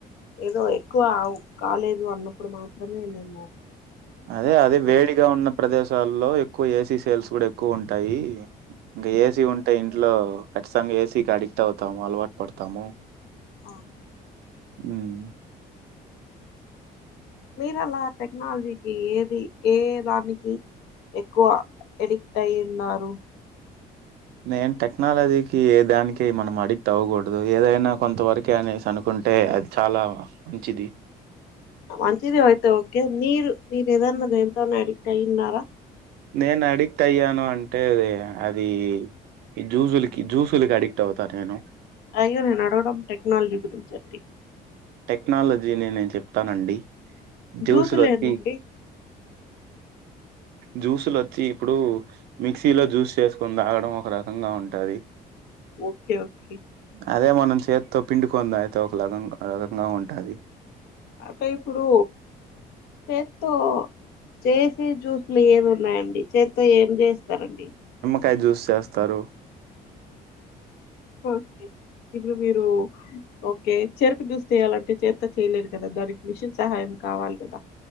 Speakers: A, on the left; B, on the right.
A: ఏదో ఎక్కువ అవ్ కాలేదు అన్నప్పుడు మాత్రమే మేము
B: అదే అదే వేడిగా
A: ఏసి
B: ఉన్న ప్రదేశాల్లో ఎక్ క్కువ ఏసీ సేల్స్ కూడా ఎక్కువ ఉంటాయి ఇంకా ఏసీ ఉంటే ఇంట్లో ఖచ్చితంగా ఏసీ కడిక్ట్ ట్ అవుతాము అలవాట్ పడతాము
A: అ
B: ఉమ్
A: మీరేలా టెక్నాలజీకి ఏది ఏ దానికి ఎక్కువ ఎడిక్ట్ అయున్నారు
B: నేన్ టెక్నాలజీకి ఏ దానికి మనం అడిక్ట్ అవ్వగుడదు ఏదైనా కొంత వరకే అనేసి అనుకుట్ అంటే అది చాలా మంచిది
A: మంచిదే అయితే ఓకే మీరు మీర్ ఏదన్న దేనితోన్నా అడిక్ట్ అయిన్నార
B: నేను అడిక్ట్ అయ్యాను అంటే అది ఈ జూసులకి జూసులికి అడిక్ట్ అవుతా నేను
A: అయ్యో నేన్ అడగడం టెక్నాలజీ గురించండి
B: టెక్నాలజీనే నేన్ చెప్తానండి జ్యూసులొచ్చి
A: జూసులేదండి
B: జ్యూసులోచ్చి ఇప్పుడు మిక్సీలో జ్యూస్ చేస్కొని తాగడం ఒక రకంగా ఉంట్ టది
A: ఓకే ఓకే
B: అదే మనం చేతో పిండుకొని తాగితే ఒకలగంగా అదోరకంగా ఉంటాది
A: అంటే ఇప్పుడు చేత్తో చేసే జ్యూస్లు ఏవి ఉన్నాయండి చేత్తో ఏం జేస్తారండి
B: తై జ్యూస్ చేస్తారు
A: ఓకే ఇప్పుడు మీరు ఓకే చెరకు జ్యూస్ చెయాలంటే చేతో చేయలేరు గదా దానికి మిషన్ సహాయం యం కావాలి గదా